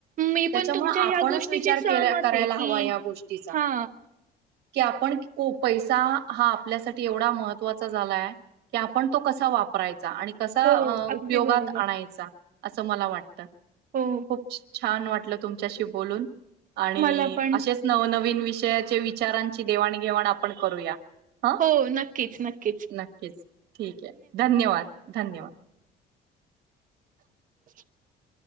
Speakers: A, on the right; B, on the right.
A: मी
B: त्यांच्यामुळ,
A: पण तुमच्या
B: आपणच
A: ह्या गोष्टीशी
B: विचार
A: सहमत
B: के करायला
A: आहे की
B: हवा या गोष्टीचा.
A: हा
B: की आपण पैसा हा आपल्यासाठी एवढा महत्त्वाचा झालाय, की आपण तो कसा वापरायचा? आणि कसा
A: हो
B: अं
A: अगदी
B: उपयोगात
A: बरोबर
B: आणायचा, असं मला वाटत.
A: हो
B: खूपऽ छान वाटलं तुमच्याशी बोलून,, आणि
A: मला पण
B: असेच नवनवीन विशऽऽ विषयाच्या विचारांची देवाणघेवाण आपण करूया. हा,
A: हो नक्कीच नक्कीच
B: नक्कीच,, ठीक य, धन्यवाद, धन्यवाद.
A: <inaudible>